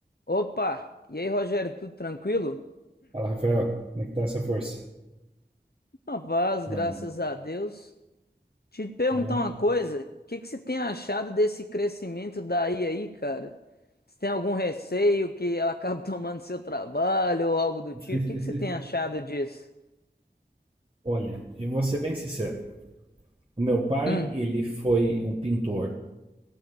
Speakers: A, on the left; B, on the right.
A: Opa! E aí, Rogério, tudo tranquilo?
B: Fala, Rafael, como é que tá essa força?
A: Rapaz,
B: Bom,
A: graças a Deus. Te perguntar
B: é...
A: uma coisa, o que que você tem achado desse crescimento da IA aí, cara? Você tem algum receio que ela acabe <laughs> tomando seu trabalho ou algo do
B: <laughs>
A: tipo? O que que você tem achado disso?
B: Olha, eu vou ser bem sincero. O meu pai,
A: Hum.
B: ele foi um pintor.